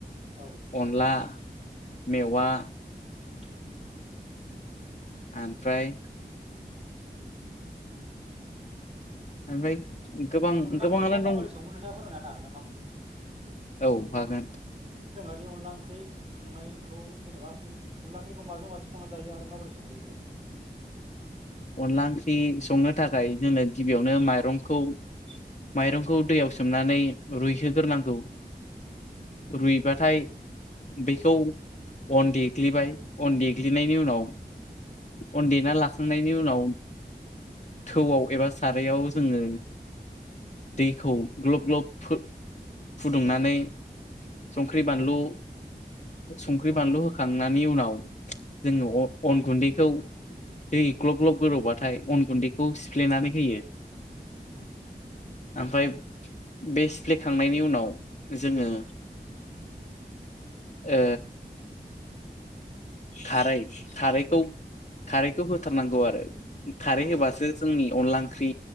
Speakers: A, on the right; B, on the left.
A: औ
B: अनला मेवा
A: ओम
B: ओमफ्राय ओमफ्राय गोबां
A: अनला
B: गोबाङानो
A: ओंख्रिखौ माबोरै
B: दं
A: सङो नोंथाङा फोरमायना होनो हागोन नामा आंनो?
B: औ हागोन।
A: बे अनला ओंख्रि संनायखौ जेनेबा सं अनला ओंख्रिखौ माजों माजों संना जायो आरो माबोरै सङो इखौ? <inaudible>
B: अनला ओंख्रि संनो थाखाय जोनो गिबियावनो माइरंखौ माइरंखौ दैयाव सोमनानै रुइहोग्रोनांगौ। रुइबाथाय
A: औ
B: बेखौ अन देग्लिबाय अन देग्लिनायनि उनाव अन देना लाखांनायनि बेनि उनाव थौआव एबा सारायाव जोङो दैखौ ग्लब ग्लब फु फुदुंनानै संख्रि
A: औ
B: बानलु संख्रि
A: औ
B: बानलु होखांनायनि उनाव जोङो
A: औ
B: अन गुन्दैखौ दै ग्लब ग्लब गोदौबाथाय अन गुन्दैखौ सिफ्लेनानै होयो
A: ओम
B: ओमफ्राय बे सिफ्लेखांनायनि उनाव जोङो ओ खारै खारैखौ खारैखौ होथारनांगौ आरो खारै
A: औ
B: होबासो
A: औ
B: जोंनि अनला ओंख्रि